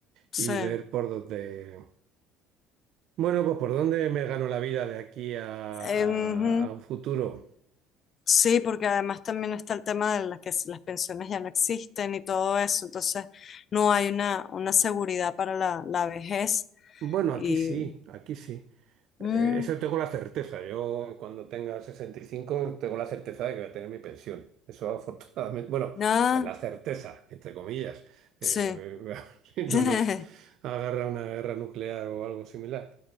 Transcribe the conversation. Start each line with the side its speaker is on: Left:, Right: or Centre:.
Left: sí.
Right: y ver por dónde. Bueno, pues ¿por dónde me gano la vida de aquí a, a-
Left: Eh, ujú,
Right: a un futuro?
Left: Sí, porque además también está el tema de las que s- las pensiones ya no existen y todo eso, entonces no hay una, una seguridad para la, la vejez
Right: Bueno,
Left: y
Right: aquí sí, aquí sí.
Left: mm,
Right: Eh, eso tengo la certeza. Yo cuando tenga 65 tengo la certeza de que voy a tener mi pensión. Eso afortunadamente, bueno,
Left: nada,
Right: en la certeza, entre comillas. Eh,
Left: sí,
Right: <laughs> si no
Left: <laughs>
Right: nos agarra una guerra nuclear o algo similar.